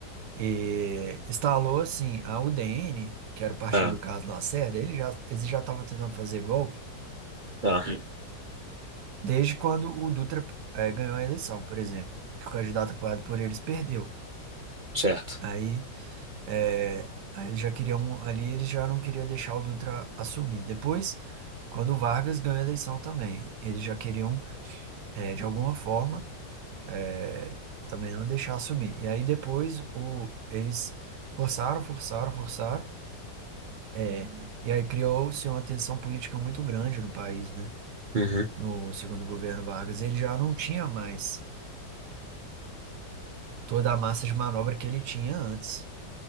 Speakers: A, on the right; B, on the right.
A: e instalou assim a UDN, que era o partido
B: Ah,
A: do Carlos Lacerda, ele já, eles já estavam tentando fazer golpe
B: ah,
A: desde quando o Dutra é, ganhou a eleição, por exemplo, que o candidato apoiado por eles perdeu.
B: certo.
A: aí É, Aí eles já queriam, ali eles já não queriam deixar o Dutra assumir. Depois, quando o Vargas ganhou a eleição também, eles já queriam, eh, de alguma forma, eh, também não deixar assumir. E aí depois o, eles forçaram, forçaram, forçaram, eh, e aí criou-se uma tensão política muito grande no país, né?
B: Uhum.
A: No segundo governo Vargas. Ele já não tinha mais toda a massa de manobra que ele tinha antes.